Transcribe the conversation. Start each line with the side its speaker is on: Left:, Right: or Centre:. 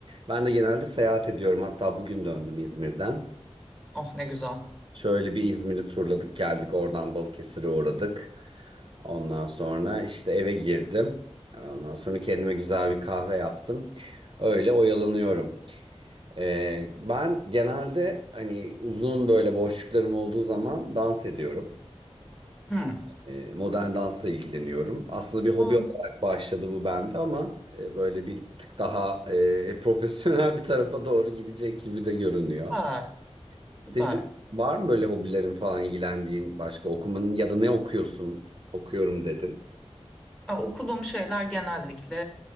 Right: ben de genelde seyahat ediyorum. Hatta bugün döndüm İzmir'den.
Centre: Oh ne güzel.
Right: Şöyle bir İzmir'i turladık geldik oradan Balıkesir'e uğradık. Ondan sonra işte eve girdim. Ondan sonra kendime güzel bir kahve yaptım. Öyle oyalanıyorum. Ee, ben genelde hani uzun böyle boşluklarım olduğu zaman dans ediyorum.
Centre: Hmm.
Right: Ee, modern dansla ilgileniyorum. Aslında bir hobi
Centre: Aa,
Right: olarak başladı bu bende ama e, böyle bir tık daha e, <laughs> profesyonel bir tarafa doğru gidecek gibi de görünüyor.
Centre: süper,
Right: Senin
Centre: süper.
Right: var mı böyle hobilerin falan ilgilendiğin başka okumanın ya da ne okuyorsun? Okuyorum dedin.
Centre: Ya, okuduğum şeyler genellikle